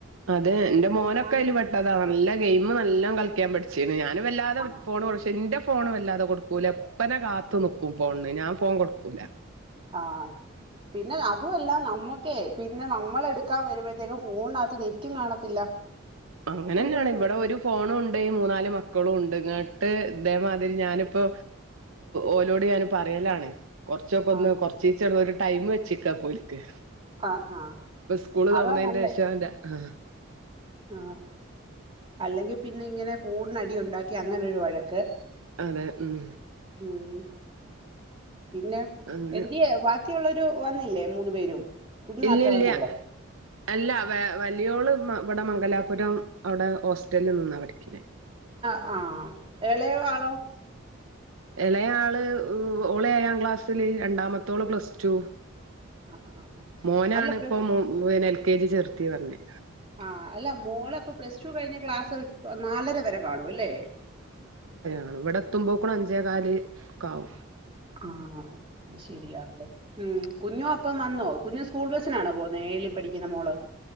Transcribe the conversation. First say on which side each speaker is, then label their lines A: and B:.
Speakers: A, on the right; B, on the right.
A: അതെ എന്റെ മോനൊക്കെ
B: അങ്ങ്
A: അതില് പെട്ടതാ നല്ല ഗെയിമും എല്ലാം കളിക്കാൻ പഠിച്ച് ഞാനും വല്ലാതെ
B: ആ.
A: ഫോണ് കുറച്ച് എന്റെ ഫോൺ വല്ലാതെ കൊടുക്കൂല അപ്പനെ കാത്തു നിക്കും ഫോണിന് ഞാൻ ഫോൺ കൊടുക്കൂല
B: ആ പിന്നെ അതും അല്ല നമ്മക്കേ പിന്നെ നമ്മള് എടുക്കാൻ വരുമ്പോഴത്തേക്കും ഫോണിനകത്ത് നെറ്റും കാണത്തില്ല
A: അങ്ങനെ
B: തീർത്ത്
A: തന്നെയാണ് ഇവിടെ
B: വെച്ചേക്കും.
A: ഒരു ഫോണും ഉണ്ട് മൂന്നാല് മക്കളും ഉണ്ട് ഇട്ട് ഇതേമാതിരി ഞാനിപ്പോ ഓലോട് ഞാന് പറയലാണ് കൊറച്ചൊക്കെ
B: ആ.
A: ഒന്ന് കൊറച്ച് ചെറിയൊരു ടൈമ് വെച്ചേക്കാ ഇപ്പോ ഓൽക്ക്
B: ആ ആ.
A: ഇപ്പം സ്കൂള്
B: അതാ
A: തുറന്നതിന്റെ
B: നല്ലേ.
A: ശേഷം ഓന്റെ ആ
B: ആ അല്ലെങ്കിൽ പിന്നെ ഇങ്ങനെ ഫോണിന് അടി ഉണ്ടാക്കി അങ്ങനൊരു വഴക്ക്
A: അതെ ഉം
B: ഉം. പിന്നെ
A: അങ്ങനെ
B: എന്ന്ത്യ ബാക്കിയുള്ളൊരു വന്നില്ലേ മൂന്ന്ു പേരും കുഞ്ഞു
A: ഇല്ല
B: മാത്രേ
A: ഇല്ല
B: വന്നുള്ളൂ
A: അല്ല വ വലിയോള് ഇവിടെ മംഗലാപുരം അവിടെ ഹോസ്റ്റലിൽ നിന്നാവിഠിക്കണ
B: ആഹ എളയോ ആളോ
A: ഇളയ ആള് ഓളെ ആയാാം ക്ലാസ്സിില് രണ്ടാമത്തോള് പ്ലസ് ടു
B: ആഹ് ആഹ്
A: മോനാണ്
B: അല്ല plus
A: ഇപ്പൊ P L K G ചേർത്തി പറഞ്ഞെ
B: ആ അല്ല മോളെ ഇപ്പൊ പ്ലസ് ടു കഴിഞ്ഞ ക്ലാസ് നാലര വരെ കാണൂല്ലേ
A: ആ ഇവിടെ എത്തുമ്പോ കൂടെ അഞ്ചേ കാലി ഒക്കെ ആാവും
B: ആഹ അത് ശരിയാവെ ഉം കുഞ്ഞോ അപ്പം വന്നോ കുഞ്ഞു സ്കൂൾ ബസ്സിനാണോ പോുന്ന എഏഴി പഠിക്കുന്ന മോള്